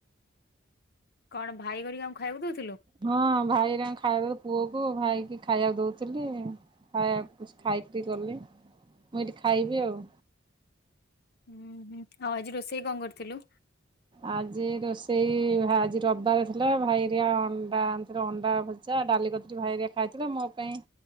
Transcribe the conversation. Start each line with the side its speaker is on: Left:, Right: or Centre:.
Left: କଣ ଭାଇ କରିକାଙ୍କୁ ଖାଇବାକୁ ଦଉ
Right: ହଁ ଭାଇ ହେରିକାଙ୍କୁ ଖାଇବା ଦଉ ପୁଅକୁ ଭାଇକି ଖାଇବାକୁ ଦୋଉଥିଲି। ଖାଇବାକୁ ଖାଇକିରି ଗଲେ। ମୁଁ ଏଇଠି ଖାଇବି ଆଉ।
Left: ହୁଁ ହୁଁ ଆଉ ଆଜି ରୋଷେଇ କଣ କରିଥିଲୁ?
Right: ଆଜି ରୋଷେଇ ଆଜି ରବିବାର ଥିଲା ଭାଇହେରିକା ଅଣ୍ଡା ଆଣିଥିଲ ଅଣ୍ଡା ଭଜା ଡାଲି କତି ଭାଇଆ ଖାଇଥିଲେ ମୋ ପାଇଁ